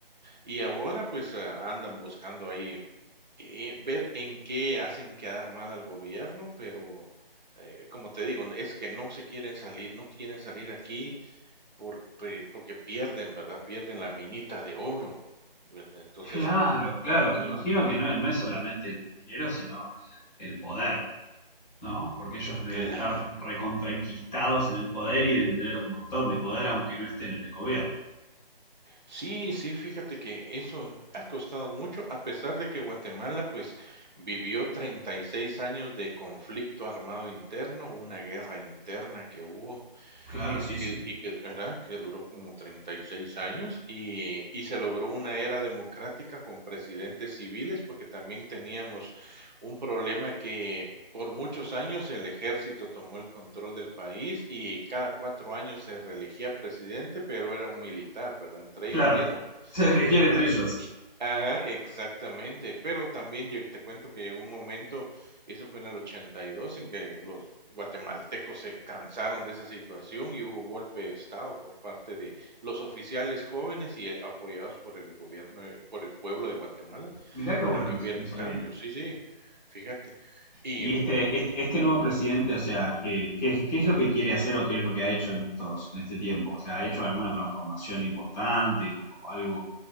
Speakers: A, on the right; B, in the centre.
A: Y ahora pues ah, andan buscando ahí eh, ver en qué hacen quedar mal al gobierno, pero eh, como te digo, es que no se quieren salir, no quieren salir aquí porque, porque pierden, ¿verdad? Pierden la minita de oro. ¿verdad? Entonces,
B: claro, claro. Me
A: mm,
B: imagino que no, no es solamente el dinero, sino el poder. ¿no? Porque ellos deben
A: claro.
B: estar recontraenquistados en el poder y deben tener un montón de poder aunque no estén en el gobierno.
A: Sí, sí, fíjate que eso ha costado mucho, a pesar de que Guatemala pues vivió 36 años de conflicto armado interno, una guerra interna que hubo
B: Claro,
A: Eh,
B: sí, sí.
A: que y que ¿verdad? Que duró como 36 años, y y se logró una era democrática con presidentes civiles, porque también teníamos un problema que por muchos años el ejército tomó el control del país y cada 4 años se reelegía presidente, pero era un militar, ¿verdad? Entre
B: Claro,
A: ellos mismos,
B: <laughs> se elegían
A: ¿verdad?
B: entre ellos.
A: Ajá, exactamente, pero también lle te cuento que llegó un momento, eso fue en el 82, en que los guatemaltecos se cansaron de esa situación y hubo golpe de estado por parte de los oficiales jóvenes y, eh, apoyados por el gobierno, eh, por el pueblo de Guatemala,
B: Mirá qué
A: para
B: bueno
A: que
B: eso,
A: hubiera
B: no
A: un
B: sabía.
A: cambio. Sí, sí, fíjate, y
B: Y
A: mm,
B: este, este, este nuevo presidente, o sea, ¿qué, qué, es- qué es lo que quiere hacer o qué es lo que ha hecho en estos, en este tiempo? O sea, ¿ha hecho alguna transformación importante o, o algo?